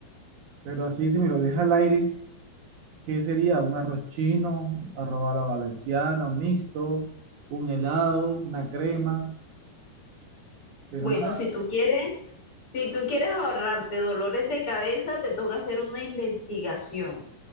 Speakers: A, on the right; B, on the left.
A: Pero así, si me lo deja al aire, ¿qué sería? Un arroz chino, arroz a la valenciana, un mixto, un helado, una crema. Pero
B: Bueno,
A: nada.
B: si tú quieres, Si tú quieres ahorrarte dolores de cabeza, te toca hacer una investigación,